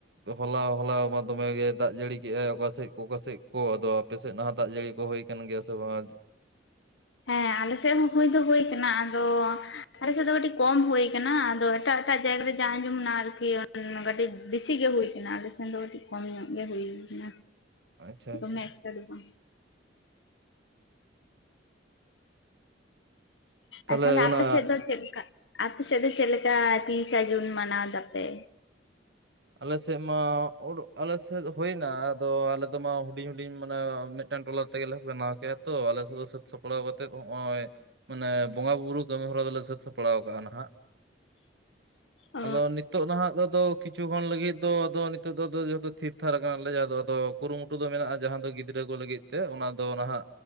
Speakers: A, on the right (about 65°); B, on the left (about 80°).
A: ᱦᱚᱞᱟ, ᱦᱚᱞᱟᱣ ᱢᱟ, ᱫᱚᱢᱮ ᱜᱮ, ᱫᱟᱜ ᱡᱟᱹᱲᱤ ᱠᱮᱜ ᱟᱭ, ᱚᱠᱟ ᱥᱮᱫ ᱚᱠᱟ ᱥᱮ ᱠᱚ, ᱟᱫᱚ ᱟᱯᱮ ᱥᱮᱫ ᱱᱷᱟᱜ, ᱫᱟᱜ ᱡᱟᱹᱲᱤ ᱠᱚ, ᱦᱩᱭ ᱟᱠᱟᱱ ᱜᱮᱭᱟ, ᱥᱮ ᱵᱟᱝ
B: ᱦᱮᱸ, ᱟᱞᱮ ᱥᱮᱫ ᱦᱚᱸ, ᱦᱩᱭ ᱫᱚ ᱦᱩᱭ ᱟᱠᱟᱱᱟ ᱾ ᱟᱫᱚ ᱟᱞᱮ ᱥᱮᱫ ᱫᱚ, ᱠᱟᱹᱴᱤᱡ ᱠᱚᱢ ᱦᱩᱭ ᱟᱠᱟᱱᱟ, ᱟᱫᱚ ᱮᱴᱟᱜ, ᱮᱴᱟᱜ ᱡᱟᱭᱜᱟ ᱨᱮ, ᱡᱟ ᱟᱸᱡᱚᱢ ᱮᱱᱟ, ᱟᱨᱠᱤ ᱠᱟᱹᱴᱤᱡ ᱵᱤᱥᱤ ᱜᱮ, ᱦᱩᱭ ᱟᱠᱟᱱᱟ ᱾ ᱟᱞᱮ ᱥᱮᱱ ᱫᱚ, ᱠᱟᱹᱴᱤᱡ ᱠᱚᱢ ᱧᱚᱜ ᱜᱮ, ᱦᱩᱭ ᱮᱱᱟ,
A: ᱟᱪᱪᱷᱟ
B: ᱫᱚᱢᱮ
A: ᱟᱪᱪᱷᱟ
B: ᱮᱠᱴᱟ ᱫᱚ ᱵᱟᱝ ᱾
A: ᱛᱟᱦᱚᱞᱮ
B: ᱟᱨᱛᱟᱦᱚᱞᱮ,
A: ᱚᱱᱟ
B: ᱟᱯᱮ ᱥᱮᱫ ᱫᱚ, ᱪᱮᱫ ᱞᱮᱠᱟ? ᱟᱯᱮ ᱥᱮᱫ ᱫᱚ, ᱪᱮᱫ ᱞᱮᱠᱟ ᱛᱤᱨᱤᱥᱟ ᱡᱩᱱ ᱢᱟᱱᱟᱣ ᱮᱫᱟ ᱯᱮ?
A: ᱟᱞᱮ ᱥᱮᱫ ᱢᱟ, ᱟᱞᱮ ᱥᱮᱫ ᱦᱩᱭ ᱮᱱᱟ ᱾ ᱟᱫᱚ, ᱟᱞᱮ ᱫᱚ ᱢᱟ, ᱦᱩᱰᱤᱧ ᱦᱩᱰᱤᱧ, ᱢᱟᱱᱮ ᱢᱤᱫᱴᱟᱝ ᱴᱚᱞᱟ ᱛᱮᱜᱮ ᱞᱮ, ᱵᱮᱱᱟᱣ ᱠᱮᱫᱼᱟ ᱛᱚ, ᱟᱞᱮ ᱥᱮᱫ ᱫᱚ, ᱥᱟᱹᱛ ᱥᱟᱯᱲᱟᱣ ᱠᱟᱛᱮᱫ, ᱱᱚᱜ ᱚᱭ ᱢᱟᱱᱮ, ᱵᱚᱸᱜᱟ ᱵᱩᱨᱩ ᱠᱟᱹᱢᱤ ᱦᱚᱨᱟ ᱫᱚᱞᱮ, ᱥᱟᱹᱛ ᱥᱟᱯᱲᱟᱣ ᱟᱠᱟᱜᱼᱟ, ᱱᱷᱟᱜ? <inaudible>
B: ᱚ
A: ᱟᱫᱚ, ᱱᱤᱛᱳᱜ ᱱᱷᱟᱜ, ᱫᱚᱫᱚ ᱠᱤᱪᱷᱩ ᱦᱚᱲ ᱞᱟᱹᱜᱤᱫ ᱫᱚ ᱟᱫᱚ ᱱᱤᱛᱚᱜ ᱫᱚᱫᱚ ᱡᱚᱛᱚ ᱛᱷᱤᱨ ᱛᱷᱷᱟᱨ ᱟᱠᱟᱱ ᱟᱞᱮ, ᱡᱟᱦᱟᱸ ᱫᱚ ᱟᱫᱚ ᱠᱩᱨᱩ ᱢᱩᱴᱩ ᱫᱚ ᱢᱮᱱᱟᱜᱼᱟ ᱾ ᱡᱟᱦᱟᱸ ᱫᱚ ᱜᱤᱫᱽᱨᱟᱹ ᱠᱚ ᱞᱟᱹᱜᱤᱫ ᱛᱮ, ᱚᱱᱟ ᱫᱚ ᱱᱷᱟᱜ